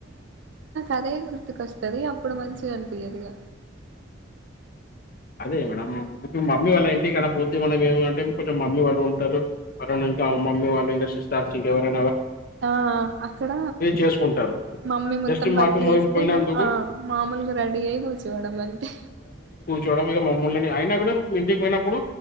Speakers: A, on the right; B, on the left.
A: అదె గుర్తుకొస్తుది అప్పుడు మంచిగా అనిపియ్యదిగా
B: అదే మేడం ఇప్పుడు మమ్మీ వాళ్ళ ఇంటి గనపోతే మనం ఏమంటే కొంచెం మమ్మీవాళ్ళు ఉంటారు <unintelligible> మమ్మీవాళ్ళు ఇంకా సిస్టార్స్ ఇంకవైనా
A: ఆ అక్కడ
B: చేసుకుంటారు.
A: మమ్మీ మొత్తం
B: జస్ట్
A: పర్క్
B: మాకు మేం
A: చేస్తే
B: పోయినందుకు
A: ఆ మామూలుగా రెడీ అయి కూర్చోడమె అంతే
B: <unintelligible> మమ్మల్నిని అయినా కూడా ఇంటికి పోయినప్పుడు